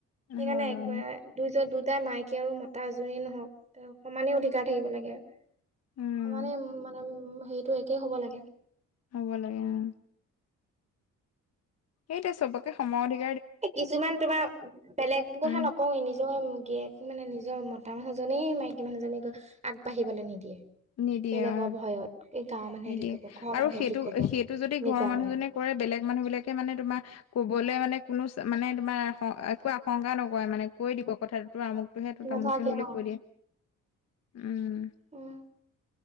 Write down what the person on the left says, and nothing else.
হয়
হয়
উম
হ'ব লাগে। উম সেইটোৱে চবকে সময়
উম
নিদিয়ে
অ
নিদিয়ে
আৰু সেইটো
সেইটো যদি
ঘৰৰ মানুহজনে
কৰে বেলেগ মানুহ বিলাকে মানে তোমাৰ ক'বলে মানে কোনো মানে তোমাৰ একো আশংকা নকৰে মানে কৈ দিব কথা টো আমুকটোহে তো
তামুকটোহে বুলি
কৈ দিয়ে উম